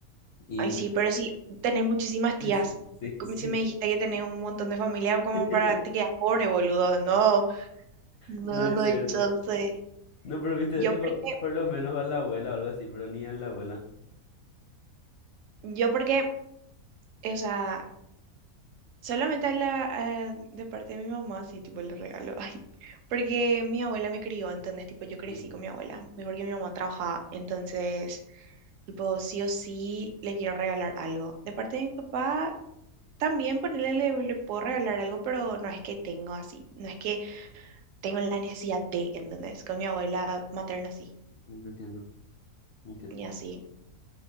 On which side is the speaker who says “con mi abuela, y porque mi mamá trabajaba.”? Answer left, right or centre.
Right